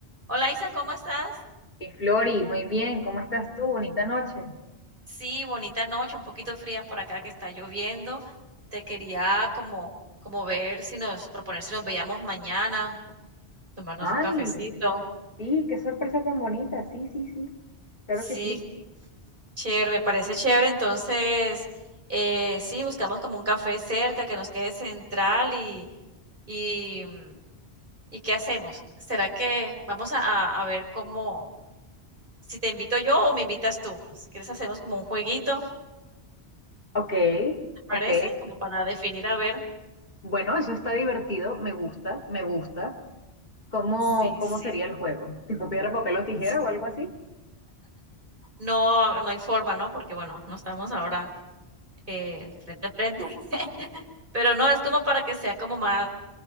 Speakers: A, on the right; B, on the left.
A: Hola Isa, ¿cómo estás?
B: Y Flori, muy bien, ¿cómo estás tú? Bonita noche.
A: Sí, bonita noche, un poquito fría por acá que está lloviendo. Te quería como, como ver si nos, proponer si nos veíamos mañana, tomarnos
B: Ay,
A: un cafecito.
B: sí, qué sorpresa tan bonita. Sí, sí, sí, claro
A: Sí,
B: que sí.
A: qué chévere, me parece chévere. Entonces, eh, sí, buscamos como un café cerca que nos quede central y, y, mm, ¿y qué hacemos? ¿Será que vamos a, a- a ver cómo, si te invito yo o me invitas tú? Si quieres hacemos como un jueguito,
B: Ok,
A: ¿te parece?
B: ok.
A: Como para definir a ver.
B: Bueno, eso está divertido, me gusta, me gusta. ¿Cómo,
A: Sí,
B: cómo
A: sí.
B: sería el juego? ¿Tipo piedra, papel o tijera
A: Sí.
B: o algo así?
A: No, no hay forma, ¿no? Porque, bueno, no estamos ahora, eh, frente a frente. <laughs> Pero no, es como para que sea como más,